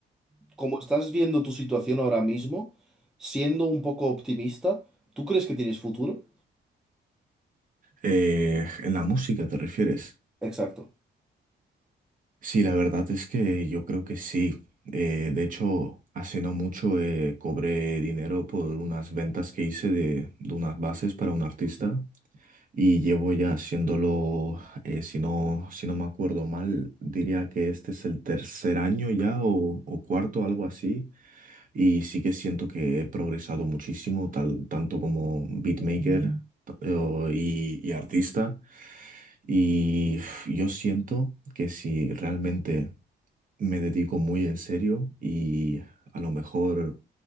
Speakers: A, in the centre; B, on the right.
A: como estás viendo tu situación ahora mismo, siendo un poco optimista, ¿tú crees que tienes futuro?
B: Eh, ¿en la música te refieres?
A: Exacto.
B: Sí, la verdad es que yo creo que sí. Eh, de hecho, hace no mucho eh, cobré dinero por unas ventas que hice de, de unas bases para un artista y llevo ya haciéndolo, eh, si no, si no me acuerdo mal, diría que este es el tercer año ya o, o cuarto, algo así. Y sí que siento que he progresado muchísimo, tal, tanto como beatmaker ta- eh, y, y artista. Y uf, yo siento que si realmente me dedico muy en serio y a lo mejor